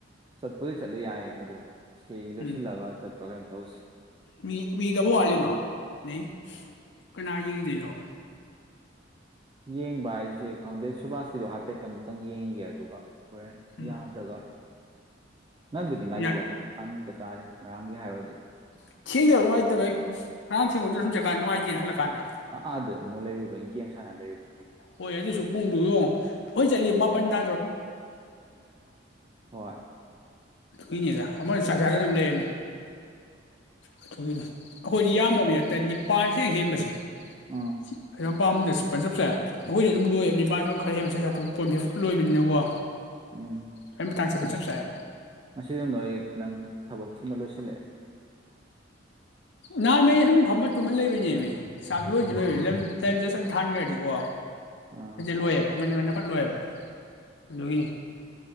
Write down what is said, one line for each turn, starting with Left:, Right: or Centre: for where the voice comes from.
Right: ꯆꯠꯄ ꯨꯗꯤ ꯆꯠꯂꯨ ꯌꯥꯏꯌꯦ ꯑꯗꯨ ꯁꯤ ꯂꯣꯏꯁꯤꯜꯂꯒ
Left: ꯎꯝ
Right: ꯆꯠ ꯄ꯭ꯔꯀꯩꯅꯣꯝꯒ ꯇꯣꯁꯤ
Left: ꯃꯤ ꯃꯤ ꯇꯕꯧ ꯋꯥꯠꯂꯤꯕ꯭ꯔꯣ ꯅꯪ ꯀꯅꯥ ꯌꯦꯡꯒꯤꯗꯣꯏꯅꯣ
Right: ꯌꯦꯡꯕ ꯍꯥꯏꯁꯦ ꯈꯪꯗꯦ ꯁꯨꯕꯥꯁꯀꯤꯗꯣ ꯍꯥꯏꯐꯦꯠ ꯑꯃꯨꯛꯇꯪ ꯌꯦꯡꯉꯤꯒꯦ ꯑꯗꯨꯒ ꯍꯣꯔꯦꯟ
Left: ꯎꯝ
Right: ꯌꯥꯗ꯭ꯔꯒ ꯉꯟꯕꯨꯗꯤ ꯉꯥꯜꯂꯤꯗ
Left: ꯌꯥ
Right: ꯄꯨꯡ <unintelligible> ꯃꯨꯛꯇ ꯇꯥꯔꯤ ꯉꯔꯥꯡꯒꯤ ꯍꯥꯏꯔꯨꯗꯤ
Left: ꯊꯦꯡꯗꯕ ꯅꯨꯡꯉꯥꯏꯇꯕꯩ <unintelligible> <unintelligible>
Right: ꯑꯥꯗ ꯑꯃꯨꯛ ꯂꯩꯔꯨꯕꯩ ꯒꯦꯝ ꯁꯥꯟꯅ ꯂꯩꯔꯨ
Left: ꯍꯣꯏ ꯑꯗꯨꯁꯨ ꯄꯨꯡꯗꯨ ꯌꯣꯡ ꯈꯣꯏ ꯆꯠꯂꯤ ꯃꯥꯄꯜ <unintelligible> <unintelligible> <unintelligible>
Right: ꯍꯣꯏ
Left: ꯑꯗꯨꯒꯤꯅꯤꯗ ꯑꯃꯅ ꯆꯥꯛ ꯆꯥꯗꯅ ꯑꯃ ꯂꯩꯔꯝꯃꯦ ꯑꯗꯨ ꯑꯩꯈꯣꯏꯗꯤ ꯌꯥꯝꯃꯕꯤꯗ ꯇꯔꯦꯠ ꯅꯤꯄꯥꯟ ꯈꯤꯇꯪ ꯍꯦꯟꯕꯁꯦ <unintelligible>
Right: ꯎꯝ
Left: <unintelligible> ꯑꯩꯈꯣꯏꯁꯨ ꯑꯗꯨ ꯂꯣꯏꯕ ꯅꯤꯄꯥꯟꯗꯣ ꯈꯔ <unintelligible> ꯀꯣꯟꯕ ꯍꯦꯛ ꯂꯣꯏꯕꯅꯤꯅꯀꯣ
Right: ꯎꯝ
Left: ꯑꯩ ꯃꯇꯥꯡ ꯆꯠꯄ
Right: <unintelligible>
Left: ꯆꯞ ꯆꯥꯏ
Right: ꯑꯩ ꯅꯪ ꯊꯕꯛ ꯊꯨꯅ ꯂꯣꯏꯁꯤꯜꯂꯛꯑꯦ
Left: ꯅꯍꯥꯟꯃꯩ ꯁꯨꯝ ꯐꯝꯕ ꯇꯨꯝꯃ ꯂꯩꯕꯅꯦꯃꯤ ꯆꯥꯛ ꯂꯣꯏꯗꯤ ꯂꯣꯏꯕ <unintelligible> ꯊꯥꯟꯈ꯭ꯔꯗꯤꯀꯣ
Right: ꯑꯥ
Left: ꯂꯣꯏꯌꯦꯕ ꯉꯟꯅ ꯉꯟꯅ ꯐꯠꯂꯣꯏꯕ ꯑꯗꯨꯒꯤꯅꯤ